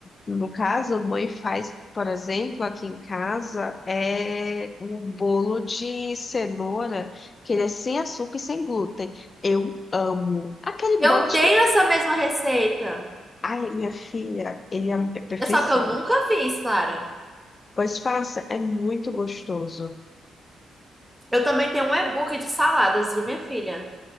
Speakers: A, on the left; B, in the centre.
A: no caso, a mãe faz, por exemplo, aqui em casa, é um bolo de cenoura, que ele é sem açúcar e sem glúten. Eu amo. Aquele
B: Eu
A: bolo, acho
B: tenho
A: que.
B: essa mesma receita.
A: Ai, minha filha, ele é é perfeição.
B: É só que eu nunca fiz, Clara.
A: Pois faça, é muito gostoso.
B: Eu também tenho um e-book de saladas de minha filha.